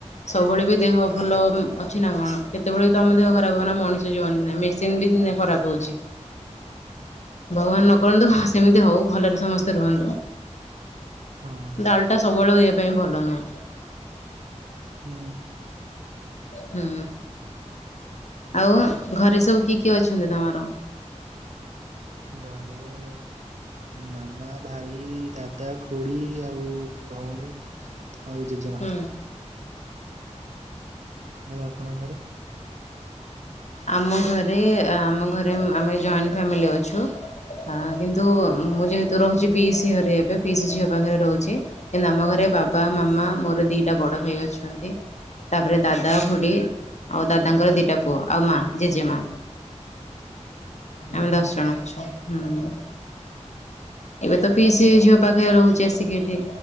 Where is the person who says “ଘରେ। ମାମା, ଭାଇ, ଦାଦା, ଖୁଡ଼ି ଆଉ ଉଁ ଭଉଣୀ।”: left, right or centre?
Right